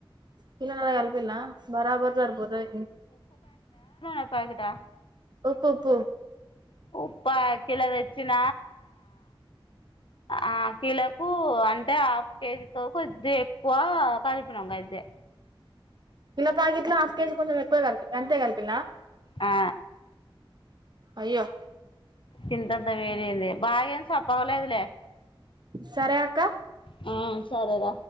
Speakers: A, on the right; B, on the left.
A: కిలోన్నార కల్ పిల్ల బరాబర్ సారిపోత <inaudible>
B: <inaudible> ప్యాకిటా
A: ఉప్పు ఉప్పు
B: ఉప్పా కిలో తెచ్చిన ఆ కీలోకు అం అంటే హాఫ్ కేజీకు కొద్దిగ ఎక్కువ కలిపినం గంతే
A: కిలో ప్యాకెట్లో హాఫ్ కేజీ కొంచెం ఎక్కువ కలిపిల్ గంతే కలిపిల్ల
B: ఆ
A: అయ్యో
B: గింతంతా వేడిగయింది బాగా ఏం సప్పగలేదులే
A: సరేఅక్క
B: ఆ సరేర